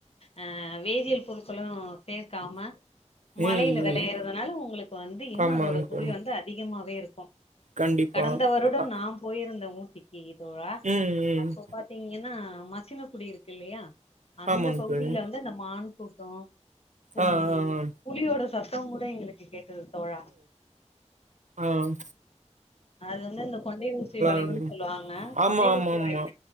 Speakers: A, on the left (about 55°); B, on the right (about 80°).
A: அஹ வேதியியல் பொருட்களும் சேர்க்காம மலையில
B: ம்
A: விளையறதுனால
B: ம்
A: உங்களுக்கு வந்து இன்னும்
B: ஆமாங்க
A: அதோட சுவைவந்து
B: தோழி
A: அதிக சும்மாவே இருக்கும்
B: கண்டிப்பா
A: கடந்த வருடம்
B: அ
A: நான் போயிருந்தேன் ஊட்டி இகோவா
B: ம் ம்
A: அப்ப பாத்தீங்கன்னா மச்சின குடி இருக்கு இல்லையா அந்த
B: ஆமாங்க
A: பகுதியில்
B: தோழி
A: இருந்து இந்தந்த மான்கூடு உம்
B: ஆ
A: உம்
B: ஆ ஆ
A: புளியோட சத்த சத்தம் கூட எங்களுக்கு கேட்டது தோழா
B: ஆஹ்ம்
A: அது வந்து அந்த கொண்டை ஊசி வளைவுன்னு
B: இருந்துரு
A: சொல்லுவாங்க
B: ஆமா
A: கொண்டை
B: ஆமா
A: ஊசி
B: ஆமா
A: வளைவு